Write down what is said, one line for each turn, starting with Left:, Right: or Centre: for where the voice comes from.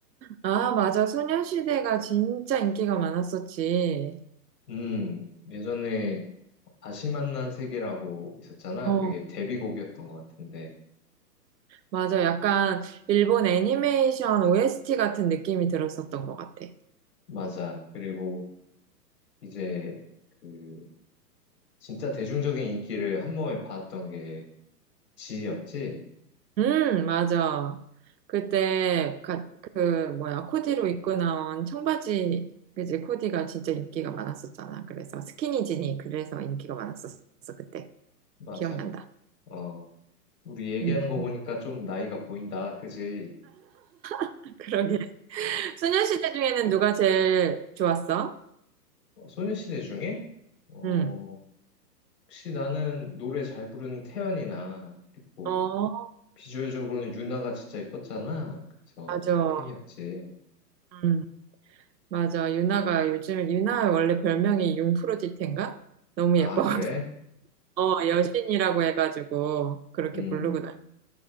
Right: 아, 맞아. 소녀시대가 진짜 인기가 많았었지.
Left: 음, 예전에 다시 만난 세계라고 있었잖아.
Right: 어,
Left: 그게
Right: 어.
Left: 데뷔곡이었던 것 같은데.
Right: 맞아. 약간 일본 애니메이션 OST 같은 느낌이 들었었던 것 같아.
Left: 맞아. 그리고 이제 그 진짜 대중적인 인기를 한 몸에 받았던 게 지였지.
Right: 음, 맞아. 그때 가, 그 뭐야 코디로 입고 나온 청바지 그지 코디가 진짜 인기가 많았었잖아. 그래서 스키니진이 그래서 인기가 많았었어 그때
Left: 맞아.
Right: 기억난다.
Left: 어, 우리 얘기하는
Right: 음,
Left: 거 보니까 좀 나이가 보인다. 그지?
Right: <laughs> 그러게. 소녀시대 중에는 누가 제일 좋았어?
Left: 어, 소녀시대 중에 어,
Right: 음.
Left: 혹시 나는 노래 잘 부르는 태연이나 그리고
Right: 어,
Left: 비주얼적으로는 윤아가 진짜 이뻤잖아. 그래서
Right: 맞아.
Left: 되게 팬이었지.
Right: 음, 맞아. 유나가 요즘에 유나 원래 별명이 융프로디테인가? 너무
Left: 아,
Right: 예뻐가지고
Left: 그래?
Right: <laughs> 어, 여신이라고 해가지고 그렇게
Left: 음.
Right: 부르고